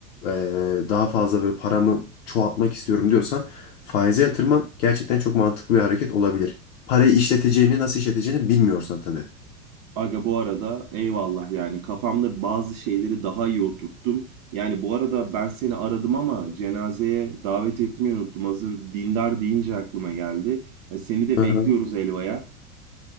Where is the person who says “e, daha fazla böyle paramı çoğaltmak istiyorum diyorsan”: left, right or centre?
Left